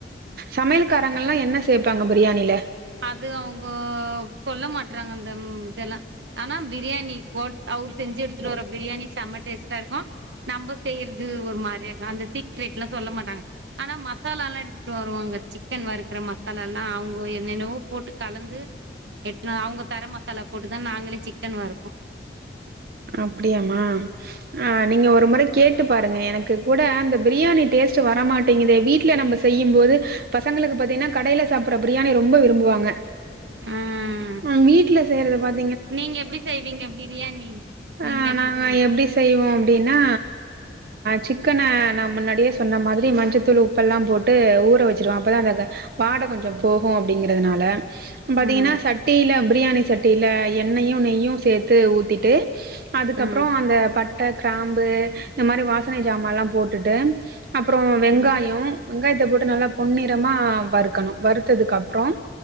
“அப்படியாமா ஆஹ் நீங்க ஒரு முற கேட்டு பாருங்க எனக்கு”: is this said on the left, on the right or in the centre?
Right